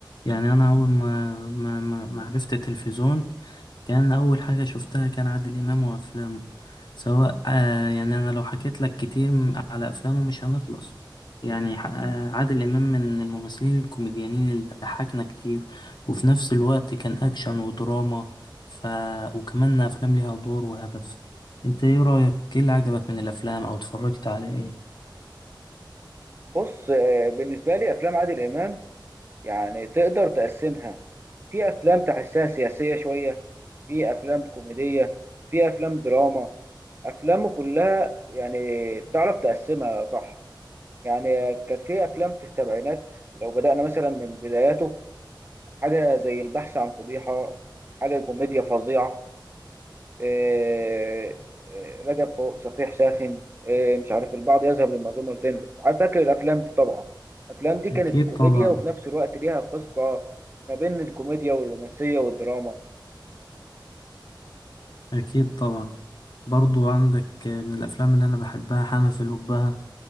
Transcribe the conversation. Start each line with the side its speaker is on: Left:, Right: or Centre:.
Left: يعني أنا أول ما ما ما ما عرفت التلفزيون كان أول حاجة شفتها كان عادل إمام وأفلامه سواء آه يعني أنا لو حكيت لك كتير م- على أفلامه مش هنخلص يعني ح- آه عادل إمام من الممثلين الكوميديانين اللي ضحكنا كتير وفي نفس الوقت كان أكشن ودراما ف... وكمان أفلام ليها دور وهدف أنت إيه رأيك؟ إيه اللي عجبك من الأفلام أو اتفرجت على إيه؟
Right: بص آه، بالنسبه لي افلام عادل امام يعني تقدر تقسمها في افلام تحسها سياسيه شويه في افلام كوميديه في افلام دراما افلام كلها يعني بتعرف تقسمها صح يعني كان في افلام في السبعينات لو بدانا مثلا من بداياته حاجه زي البحث عن فضيحه حاجه كوميديا فظيعه إيه، إيه، رجب فوق صفيح ساخن إيه، مش عارف البعض يذهب للمأذون مرتين عارف فاكر الافلام دي طبعا الافلام دي كانت
Left: أكيد
Right: كوميديا
Left: طبعا
Right: وفي نفس الوقت ليها قصه ما بين الكوميديا والرومانسيه والدراما
Left: أكيد طبعا برضو عندك آه، من الأفلام اللي أنا بحبها حنفي الأبهة